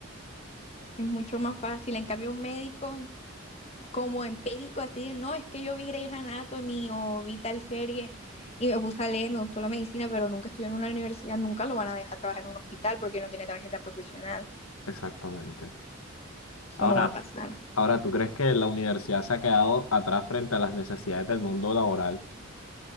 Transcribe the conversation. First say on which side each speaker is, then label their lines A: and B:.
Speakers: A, on the left; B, on the left.
A: Es mucho más fácil. En cambio, un médico como empírico, así de, no, es que yo vi Grey's Anatomy o vi tal serie y me puse a leer, me gustó la medicina, pero nunca estudié en una universidad, nunca lo van a dejar trabajar en un hospital porque no tiene tarjeta profesional.
B: Exactamente.
A: Eso
B: Ahora,
A: no va a pasar.
B: ahora, ¿tú crees que la universidad se ha quedado atrás frente a las necesidades del mundo laboral?